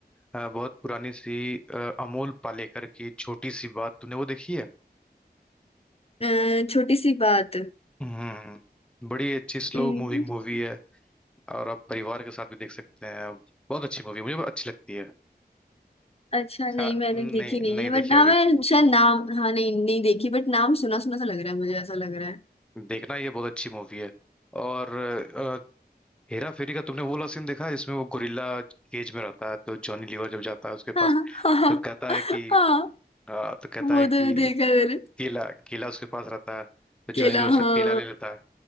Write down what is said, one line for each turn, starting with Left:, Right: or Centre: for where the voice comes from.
Centre: अ, बहुत पुरानी सी अ, अमोल पालेकर की छोटी सी बात तूने वो देखी है
Left: अ, छोटी सी बात
Centre: हम्म हम्म, हम्म, बड़ी अच्छी स्लो
Left: अम्म,
Centre: मूविंग मूवी है और आप परिवार के साथ भी देख सकते हैं बहुत अच्छी मूवी मुझे बहुत अच्छी लगती है
Left: अच्छा नहीं
Centre: सा-
Left: मैंने
Centre: नहीं
Left: देखी नहीं
Centre: नहीं
Left: है बट
Centre: देखी
Left: हाँ
Centre: होगी
Left: मैंने शायद नाम हाँ नहीं नहीं देखी बट नाम सुना सुना सा लग रहा है मुझे ऐसा लग रहा है
Centre: देखना ये बहुत अच्छी मूवी है और अ, हेरा फेरी का तुमने वो वाला सीन देखा है जिसमें वो गोरिल्ला केज में रहता है तो जॉनी लीवर जब जाता है उसके पास
Left: हाँ हाँ हाँ
Centre: तो कहता
Left: हाँ,
Centre: है कि
Left: हाँ,
Centre: अ, तो कहता
Left: वो
Centre: है कि
Left: तो देखा है मैंने
Centre: केला केला उसके पास रहता है तो जॉनी
Left: केला
Centre: लीवर
Left: हाँ
Centre: उसका केला ले लेता है